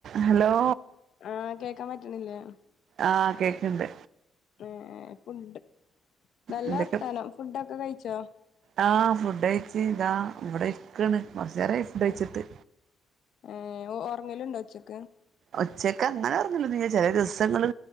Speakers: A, on the right; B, on the left.
A: Hello
B: ആഹ് കേക്കാ പറ്റ്ണില്ലേ
A: ആഹ് കേക്ക്ൺണ്ട്
B: ഏഹ് ഫുഡ്ഡ് നല്ല
A: എന്തൊക്കെ
B: വർത്താനം ഫുഡ്ഡൊക്ക കഴിച്ചോ
A: ആഹ് ഫുഡ്ഡഴിച്ച് ഇതാ ഇവ്ടെ ഇരിക്കാണ് കൊറച്ചേരായി ഫുഡ്ഡഴിച്ചിട്ട്
B: ഏഹ് ഏഹ് ഒറങ്ങലുണ്ടൊ ഉച്ചക്ക്
A: ഉച്ചക്ക് അങ്ങനെ ഒറങ്ങലൊന്നുല്ല ചെലെ ദിവസങ്ങള്